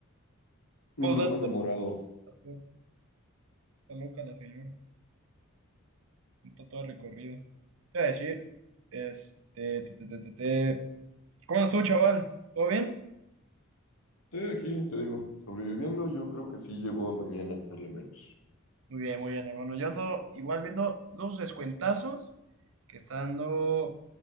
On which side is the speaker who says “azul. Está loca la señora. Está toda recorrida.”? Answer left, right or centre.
Right